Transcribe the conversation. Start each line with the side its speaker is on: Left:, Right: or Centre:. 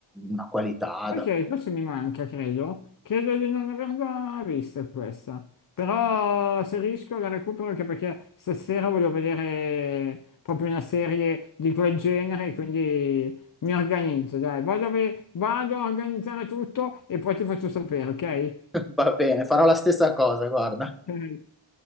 Centre: una qualità
Left: Sai che questo mi manca, credo. Credo di non averla vista questa. Però se riesco la recupero anche perché stasera voglio vedere proprio una serie di quel genere, quindi mi organizzo, dai. Vado, a ve- vado a organizzare tutto e poi ti faccio sapere, ok?
Centre: <laughs> Va bene, farò la stessa cosa, guarda.
Left: Ok.